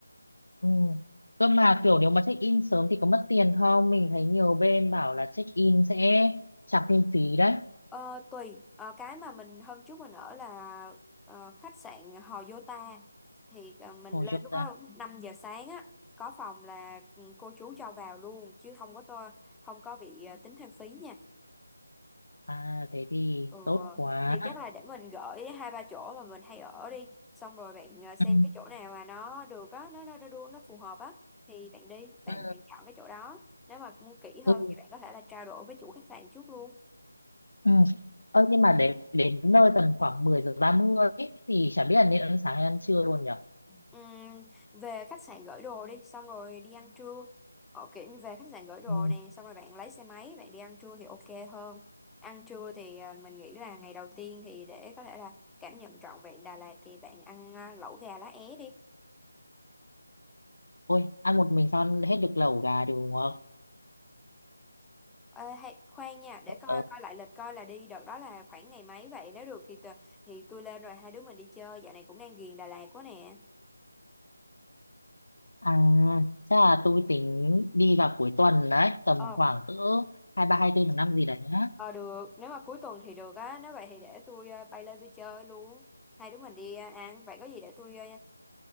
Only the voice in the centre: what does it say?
Ờ, tùy Ờ, cái mà mình hôm trước mình ở là ờ, khách sạn Hò Yota thì ờ, mình
lên
lúc
đó 5 giờ sáng á có phòng là ừ, cô chú cho vào luôn chứ không có to không có bị ờ, tính thêm phí nha.
Ừ,
thì chắc là để mình gửi hai ba chỗ mà mình hay ở đi xong rồi bạn ờ, xem
cái chỗ nào mà nó được á nó nó nó đua nó phù hợp á thì bạn đi bạn
bạn chọn cái chỗ đó nếu mà muốn kỹ
hơn thì bạn có thể là trao đổi với chủ khách sạn trước luôn
Ừm, về khách sạn gửi đồ đi xong rồi đi ăn trưa ở kiểu như về khách sạn gửi đồ
nè xong rồi bạn lấy xe máy bạn đi ăn trưa thì ok hơn ăn trưa thì ờ, mình nghĩ là ngày đầu tiên thì để có thể là cảm nhận trọn vẹn Đà Lạt thì bạn ăn ờ, lẩu gà lá é đi
Ờ, hay, khoan nha để
coi coi lại lịch coi là đi đợt đó là khoảng ngày mấy vậy nếu được thì tờ- thì tôi lên rồi hai đứa mình đi chơi dạo này cũng đang ghiền Đà Lạt quá nè
ờ
ờ được nếu mà cuối tuần thì được á nếu vậy thì để tôi ờ, bay lên tôi chơi luôn hai đứa mình đi ờ, ăn vậy có gì để tôi ờ,